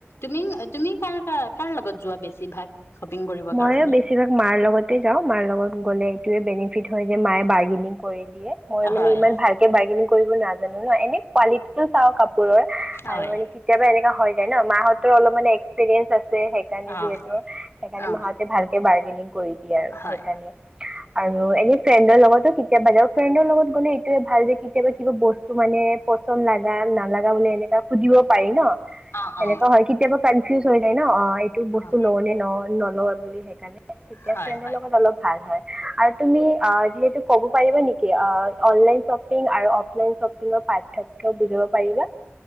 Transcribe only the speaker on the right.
মই
বেছিভাগ মাৰ লগতে যাও মাৰ লগত গলে এইটোৱে বেনিফিট হয় - মাই বাৰ্গেনিং কৰে মই মানে
ইমান ভালকৈ ৰ্বাগেনিং কৰিব নাজানো, এনেই কুৱালিতিতো তো চাওঁ
আৰু কেতিয়াবা এনেকা হয় যায় ন মা অলপ মানে এক্সপেৰিয়েঞ্চ আছে সেইকাৰণে
সেই
মাহতে ভালকে বাৰ্গেনিং কৰি দিয়ে আৰু
সেইকাৰণে আৰু এনে- ফ্ৰেন্ডৰ লগতো কেতিয়াবা যাওঁ ফ্ৰেণ্ডৰ লগত গলে এইটোয়ে ভাল যে কেতিয়াবা কিবা বস্তু মানে পচন্দ লাগা নালাগা বোলে এনেকুৱা সুধিব পাৰি ন।
এনেকুৱা
হয় কেতিয়াবা চা- কনফিউজড হৈ যাই ন অঁ এইটো বস্তু
হয়নে নহয় বুলি সেইকাৰণে তেতিয়া
ফ্ৰেণ্ডৰ
লগত অলপ ভাল হয় আৰু তুমি যিহেতু ক'ব পাৰিব নেকি অনলাইন শ্বপিং আৰু অফলাইন শ্বপিংৰ পাৰ্থক্য বুজাব পাৰিবা।